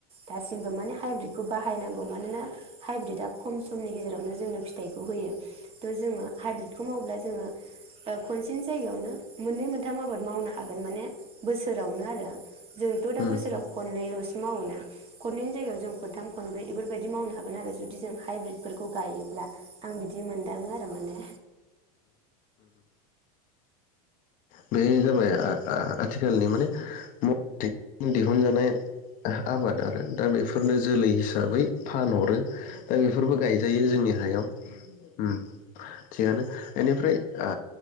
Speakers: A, on the right; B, on the left.
A: दासिमबो माने हाइब्रिदखौ बाहायनांग औ मानोना हाइब्रिड दाब खम समनि गेजेरावनो जोंनो फिथाइखौ होयो थ जोङो हाइब्रिदखौ मावोब्ला जोङो। खनसेनो जायियावनो मोननै मोनथाम आबाद मावनो हागोन माने बोसोरावनो आरो। जोंथ
B: जाबाय
A: दा बोसोराव खननैलसो मावोना? खननै जायगायाव जों खनथाम खनब्रै बेफोरबायदि मावनो हागोन आरो जुदि जों हाइब्रिदफोरखौ गायोब्ला। आं बिदि मोनदाङो आरो माने
B: बे जाबाय आ-आ-आथिखालनि माने मते दिहुनजानाय आबाद आरो दा बेफोर। फोरनो जोलै हिसाबै फानहरो। दा बेफोरबो गायजायो जोंनि हायाव। <unintelligible> उम थिगानो एनिफ्राय। ओ